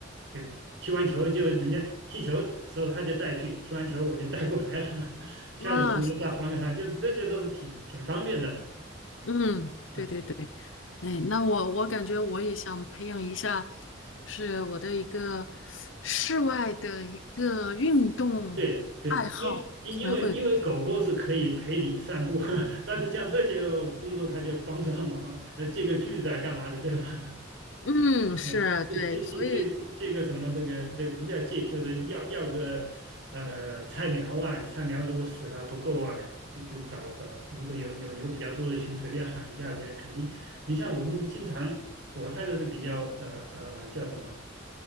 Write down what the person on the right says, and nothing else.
就踢完球就人家踢球时候他就带去，踢完球我就带过来了，<laughs> 下次踢就再还给他，
就是这些都是挺挺方便的了。
嗯，
对对，因因因为因为狗狗是可以陪你散步，
<laughs> 但是像这些工作他就帮不上忙，呃，借个锯子啊干嘛的，对吧？
啊，这这这这这这个什么，
这个这个不叫借，就是要要个呃菜苗啊，你菜苗如果死了不够啊，你得找找，如果有有有比较多的群，随便喊一下的，肯定。你像我们经常，我太太是比较呃呃叫什么，